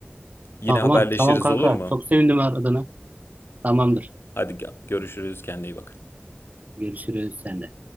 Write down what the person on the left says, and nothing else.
Yine
haberleşiriz
olur mu?
Hadi gö- görüşürüz. Kendine iyi bak.